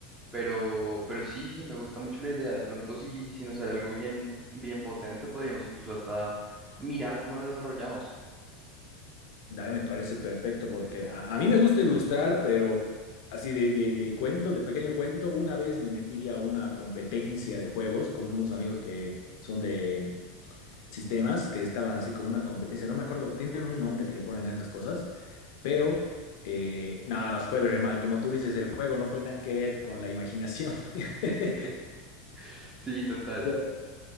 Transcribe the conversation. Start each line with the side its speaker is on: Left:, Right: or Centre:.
Right: pero, pero sí, sí, me gusta mucho la idea. De pronto si, si nos sale algo bien, bien potente, podríamos incluso hasta mirar cómo lo desarrollamos.
Left: Dale, me parece perfecto, porque a, a mí me gusta ilustrar, pero así de, de, de cuento, de pequeño cuento, una vez me metí a una competencia de juegos con unos amigos que son de sistemas que estaban así como una competencia, no me acuerdo, tienen un nombre que le ponen a esas cosas, pero eh, no, nos fue re mal. Como tú dices, el juego no fue nada que ver con la imaginación. <laughs>
Right: <laughs> Sí, total,
Left: Pero,